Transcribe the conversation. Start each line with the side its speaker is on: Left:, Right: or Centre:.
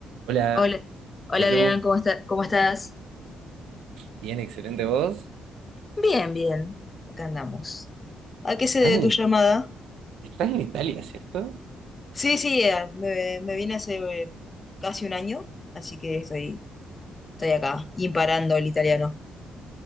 Right: Hola,
Left: Hola, hola
Right: Belu.
Left: Adrián, ¿cómo está- cómo estás?
Right: Bien, excelente voz.
Left: Bien, bien, acá andamos. ¿A qué se
Right: Estás
Left: debe
Right: en,
Left: tu llamada?
Right: estás en Italia, ¿cierto?
Left: Sí, sí, eh, me, me vine hace eh, casi un año, así que estoy, estoy acá, imparando el italiano.